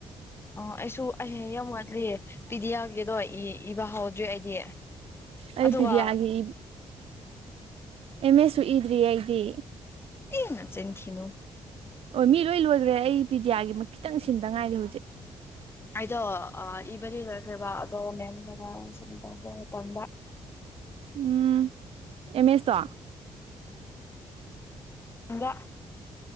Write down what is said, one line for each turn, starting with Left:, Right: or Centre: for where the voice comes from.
Left: ꯑꯣ ꯑꯩꯁꯨ ꯑꯩ ꯃꯌꯥꯝ ꯋꯥꯠꯂꯤ ꯄꯤꯗꯤ ꯌꯥꯒꯦꯗꯣ ꯏꯕ ꯍꯥꯎꯗ꯭ꯔꯤ ꯑꯩꯗꯤ
Right: ꯑꯩ
Left: ꯑꯗꯨꯒ
Right: ꯕꯤꯗ꯭ꯌꯥꯒꯤ ꯏ ꯑꯦꯝꯁꯦꯏ ꯁꯨ ꯏꯗ꯭ꯔꯤ ꯑꯩꯗꯤ
Left: ꯏ ꯅꯆꯤꯟ ꯊꯤꯅꯨ
Right: ꯑꯣ ꯃꯤ ꯂꯣꯏ ꯂꯣꯏꯈ꯭ꯔꯦ ꯑꯩ ꯄꯤꯗꯤꯌꯥꯒꯤ ꯈꯤꯇꯪ ꯁꯤꯟꯗ ꯉꯥꯏꯔꯤ ꯍꯧꯖꯤꯛ
Left: ꯑꯩꯗꯣ ꯏꯕꯗꯤ ꯂꯣꯏꯈ꯭ꯔꯦꯕ ꯑꯗꯣ ꯃꯦꯝꯅ ꯁꯥꯏꯟ ꯇꯧꯕ ꯃꯇꯝꯗ
Right: ꯎꯝ ꯑꯦꯝ ꯑꯦꯁꯇꯣ
Left: ꯎꯗ <inaudible>